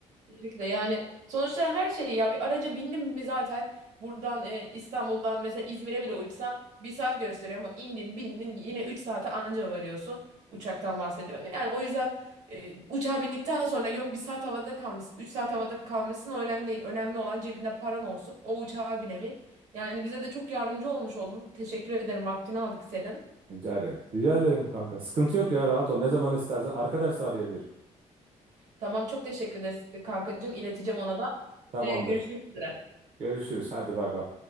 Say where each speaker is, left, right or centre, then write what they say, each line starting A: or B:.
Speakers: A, on the right; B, on the right.
A: Kesinlikle yani sonuçta her şey ya bir araca bindim mi zaten buradan e, İstanbul'dan mesela İzmir'e bile uçsan bir saat gösteriyor ama indin bindin yine 3 saate anca varıyorsun uçaktan bahsediyorum. Yani o yüzden e, uçağa bindikten sonra yok bir saat havada kalmışsın 3 saat havada kalmışsın o önemli değil önemli olan cebinde paran olsun o uçağa binebil. Yani bize de çok yardımcı olmuş oldun teşekkür ederim vaktini aldık senin.
B: rica ederim. Rica ederim kanka. Sıkıntı yok ya rahat ol. Ne zaman istersen arkadaş da arayabilir.
A: Tamam çok teşekkür ederiz kankacığım ileteceğim ona da
B: Tamamdır.
A: E, görüşmek üzere.
B: Görüşürüz. Hadi bay bay.